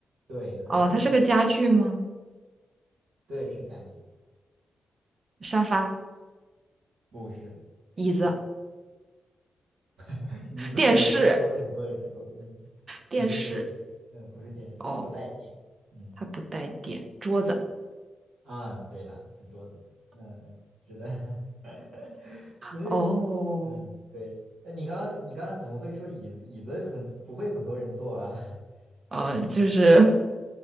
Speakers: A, on the right; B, on the right.
A: 对，很多人共，
B: 哦，它是个家具吗？
A: 对，是家具，
B: 沙发、
A: 不是
B: 椅子、
A: <laughs> 椅子，
B: 电视、
A: 怎么会说很多人共用一个？
B: 电视。
A: 不是电视，嗯，不是电视，
B: 哦，
A: 它不带电。嗯，
B: 它不带电，桌子。
A: 啊，对了，是桌子。嗯嗯，是的。<laughs> 其实，
B: 哦，
A: 嗯，对。那你刚刚你刚刚怎么会说椅子？椅子很不会很多人坐啊，<laughs>
B: 呃，
A: 椅子
B: 就是 <laughs>